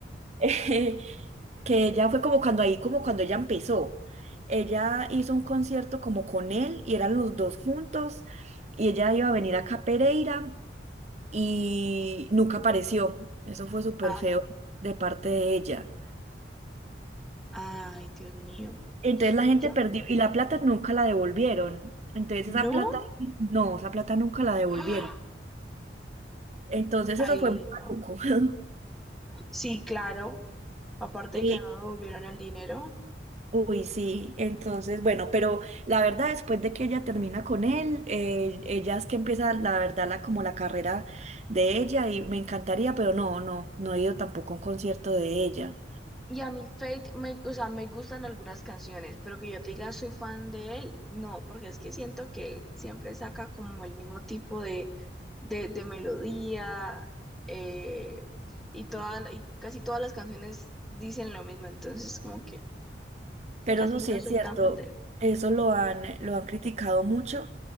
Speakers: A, on the right; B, in the centre.
A: <laughs> eh, que ella fue como cuando ahí, como cuando ella empezó. Ella hizo un concierto como con él y eran los dos juntos y ella iba a venir acá a Pereira y nunca apareció. Eso fue súper
B: <laughs>
A: feo de parte de ella.
B: Ay, Dios mío.
A: Entonces la gente
B: Yo,
A: perdió y la plata nunca la devolvieron. Entonces
B: ¿no?
A: esa plata, no, esa plata nunca la devolvieron.
B: ¡Ah!
A: Entonces
B: Ay,
A: eso fue muy
B: no.
A: maluco. <laughs>
B: Sí, claro. Aparte
A: Y,
B: que no me devolvieron el dinero.
A: uy, sí, entonces, bueno, pero la verdad, después de que ella termina con él, eh, ella es que empieza, la verdad, la, como la carrera de ella y me encantaría, pero no, no, no he ido tampoco a un concierto de ella.
B: Y a mí Fate, me, o sea, me gustan algunas canciones, pero que yo te diga soy fan de él, no, porque es que siento que él siempre saca como el mismo tipo de, de, de melodía eh, y, toda, y casi todas las canciones dicen lo mismo, entonces como que
A: Pero
B: casi
A: eso sí
B: no
A: es
B: soy
A: cierto,
B: tan fan de él.
A: eso lo han, lo han criticado mucho